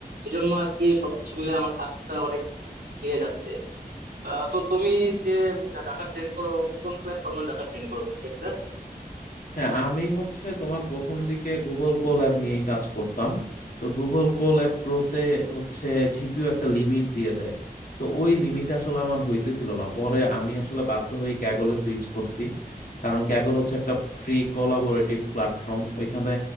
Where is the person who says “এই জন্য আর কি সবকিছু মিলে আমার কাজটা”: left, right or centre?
Right